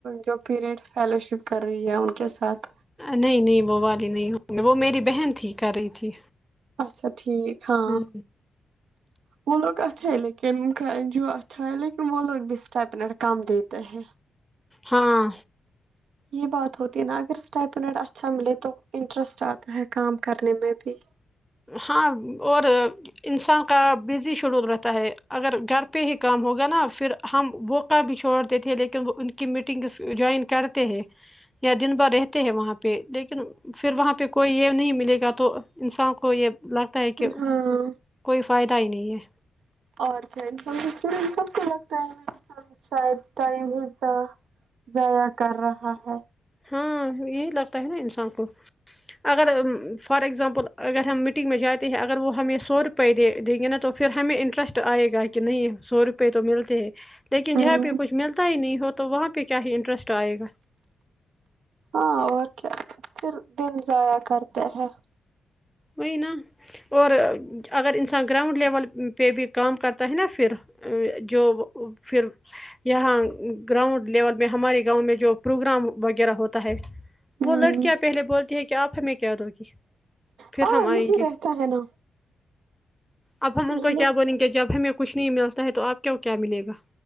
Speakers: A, on the right (about 75°); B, in the centre.
A: جو پیریڈ فیلوشپ کر رہی ہے ان کے ساتھ
B: نہیں نہیں وہ والی نہیں ہو وہ میری بہن تھی کر رہی تھی
A: اچھا ٹھیک ہاں
B: ہ
A: وہ لوگ اچھے ہے لیکن ان کا این جی او اچھا ہے لیکن وہ لوگ بھی اسٹ منٹ کام دیتے ہیں
B: ہاں
A: یہ بات ہوتی ہے نا اگر اسٹیپنڈ اچھا ملے تو انٹرسٹ آتا ہے کام کرنے میں بھی
B: ہاں اور انسان کا بزی شیڈول رہتا ہے اگر گھر پہ ہی کام ہوگا نا پھر ہم وہو کام بھی چھوڑتے تھے لیکن وہ ان کی میٹنگس جوائن کرتے ہیں یا دن بھررہتے ہیں وہاں پہ لیکن پھر وہاں پہ کوئی یہ نہیں ملے گا تو انسان کو یہ لگ تا ہے کہ
A: ہاں
B: کوئی فائدہ ہی نہیں ہے
A: اور کیا انسانہی کو نہیں سب کو لگتا ہے نا انسان شاید ٹائم حصہ ضائع کر رہا ہے
B: ہاں یہی لگتا ہے نا انسان کو اگر فار ایگزامپل اگر ہم میٹنگ میں جاتے ہیں اگر وہ ہمیں سو روپئے دے دیں گے نا تو پھر ہمیں انٹرسٹ آئے گا کہ نہیں سو روپئے تو ملتے ہیں لیکن
A: ہمم
B: جہاں پہ کچھ ملتا ہی نہیں ہو تو وہاں پہ کیا ہی انٹرسٹ آئے گا
A: ہاں اور کیا پھر دن ضائع کرتے ہیں
B: وہ نا اور اگر انسان گراؤنڈ لیول پہ بھی کام کرتا ہے نا پھر ا جو پھر یہاں گراؤنڈ لیول میں ہمارے گاؤں میں جو پروگرام وغیرہ ہوتا ہے وہ
A: ہمم
B: لڑکیاں پہلے بولتی ہے کہ آپ ہمیں کیا د گی پھر
A: ہاں
B: ہم
A: یہی
B: آئیں گے
A: رہتا ہے نا
B: اب ہم ان
A: یہ
B: کو
A: لوگ
B: کیا بولیں گے جب ہمیں کچھ نہیں ملتا ہے تو آپ کے کیا ملے گا